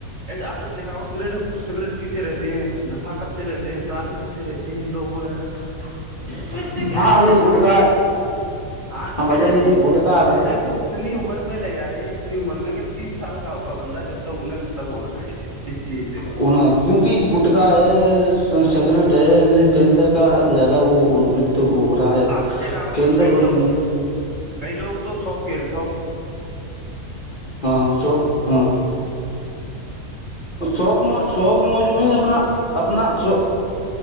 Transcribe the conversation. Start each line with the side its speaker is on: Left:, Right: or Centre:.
Right: ایسےپ نے دیکھا ہو سگریٹ سگریٹ پیتے رہتے ہیں نشا کرتے رہتے ہیں دارو پیتے رہتے ہیں لوگ وغیرہ
Left: <inaudible>
Right: تو اس سے کیا
Left: ہاں
Right: ہے اپنے
Left: یہ گٹکا
Right: ہاں اپنے
Left: بھائی جان یہ
Right: کو
Left: گٹکا
Right: اپنے
Left: ہے
Right: کو اتنی عمر میں لے جا رہے ہیں اتنی عمر میں کہ تیس سال کا ہوگا بندہ جب تک انہیں ختم ہونا ہے اس اس چیز سے
Left: کونار کیونکہ یہ گٹکا ہے سکریٹ ہے ان سے کینسر کا زیادہ وہ جب وہ ہو رہا ہے
Right: آپ نے دیکھا ہو
Left: کینسر
Right: یہ کئی
Left: بن
Right: تو
Left: رہی
Right: کئی لوگ تو سوک سو
Left: ہاں شوک ہاں شوق م شوق مج میں اپنا اپنا چو